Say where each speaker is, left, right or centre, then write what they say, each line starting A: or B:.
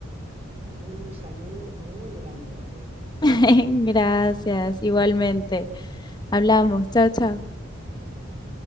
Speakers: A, on the right (about 30°); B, on the left (about 20°).
A: Un saludo muy grande, Valeria. Que
B: <laughs>
A: estés bien.
B: Gracias, igualmente. Hablamos, chao, chao.
A: Chao, chao.